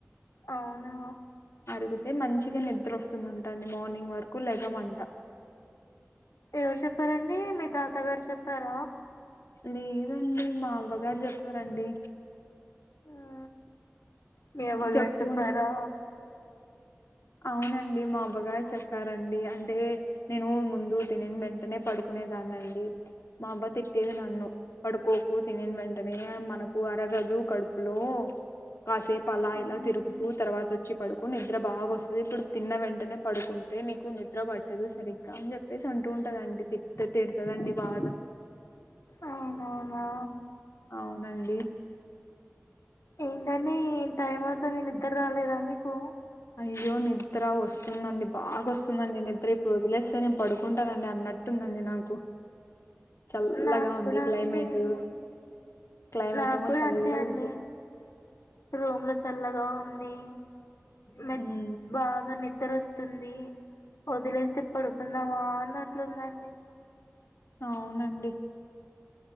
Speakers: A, on the left; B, on the left.
A: అవునా
B: తిర్గుతే మంచిగ నిద్ర వస్తుంధంటండి మార్నింగ్ వరకు లెగం అంటా
A: ఎవరు చెప్పారండి మీ తాత గారు చెప్పారా
B: లేదండి మా అవ్వగారు జెప్పారండి
A: ఆ మీ అ అవ్వ
B: చెప్తూ
A: గారు చెప్పారా
B: ఉన్ అవునండి మా అవ్వగారు చెప్పారండీ అంటే నేను ముందు తినిన్ వెంటనే పడుకు కునే దాన్నండి మా అవ్వ తిట్టేది నన్ను పడుకోకు త్ తినిన్ వెంటనే మనకు అరగదు కడుపులో కాసేపలా
A: మ్మ్.
B: ఇలా తిరుగుతూ తర్వాత వచ్చి పడుకో నిద్ర బాగ ఒస్ అదె ఇప్పుడు తిన్న వెంటనే పడుకుంటే నీకు నిద్ర పట్టదు సరిగ్గా అని చెప్పేసి అంటూ ఉంటదండి తిర్ తిడతదండి బాగా
A: అవునవునా
B: అవునండి
A: ఏంటండి టైం అవుతుంది నిద్ర రాలేదా మీకు
B: అయ్యో నిద్ర వస్తుందండి బాగొస్తుందండి నిద్ర ఇప్పుడు వదిలేస్తే నెన్ పడుకుంటానండి అన్నట్టుందండి నాకు చల్లగా
A: నాకు
B: ఉంది
A: కూడా
B: క్లైమేట్
A: అంతే అండి
B: క్లైమేట్
A: నాగ్గుడ
B: ఏమో చల్లగా
A: అంతే అండి
B: ఉంది
A: రూమ్ లో చల్లగా ఉన్ ది నిద్
B: ఉమ్
A: బాగ నిద్ ద్దరోస్తుంది వదిలేస్తే పడుకుందామా అన్నట్లుందండి
B: అవునండి